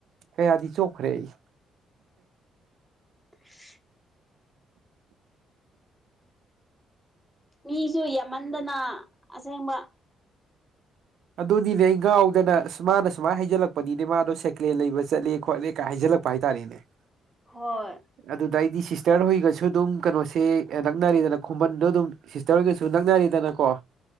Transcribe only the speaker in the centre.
<unintelligible> ꯃꯤꯖꯨ ꯌꯥꯝꯍꯟꯗꯅ ꯑꯁꯦꯡꯕ
ꯍꯣꯏ